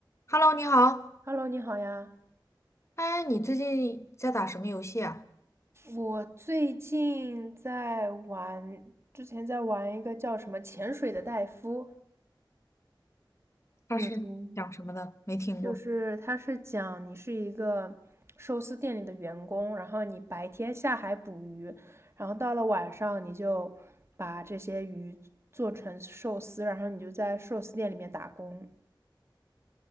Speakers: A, on the left; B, on the right.
A: Hello，你好。
B: Hello，你好呀。
A: 哎，你最近在打什么游戏啊？
B: 我最近在玩，之前在玩一个叫什么《潜水的戴夫》，
A: 它是讲什么的？
B: 你有听？
A: 没听过。
B: 就是他是讲你是一个寿司店里的员工，然后你白天下海捕鱼，然后到了晚上你就把这些鱼做成寿司，然后你就在寿司店里面打工。